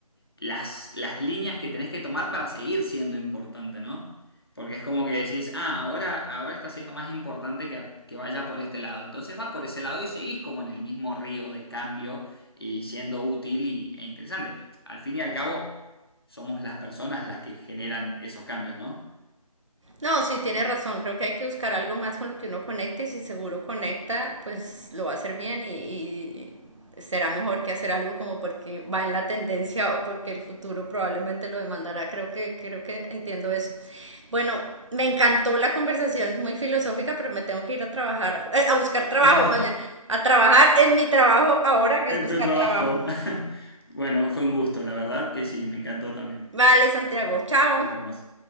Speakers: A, on the left; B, on the right.
A: las, las líneas que tenés que tomar para seguir siendo importante, ¿no? Porque es como que decís, ah, ahora, ahora está siendo más importante que, que vaya por este lado. Entonces vas por ese lado y seguís como en el mismo río de cambio y siendo útil y- e interesante. Al fin y al cabo, somos las personas las que generan esos cambios, ¿no?
B: No, sí, tiene razón. Creo que hay que buscar algo más con lo que uno conecte y si seguro conecta, pues lo va a hacer bien y, y será mejor que hacer algo como porque va en la tendencia o porque el futuro probablemente lo demandará. Creo que, creo que entiendo eso. Bueno, me encantó la conversación, muy filosófica, pero me tengo que ir a trabajar, eh, a buscar
A: <laughs>
B: trabajo, más bien, a trabajar en mi trabajo ahora,
A: En
B: que es buscar
A: tu trabajo.
B: trabajo.
A: <laughs> Bueno, fue un gusto, la verdad que sí, me encantó también.
B: Vale, Santiago, chao.
A: Nos vemos.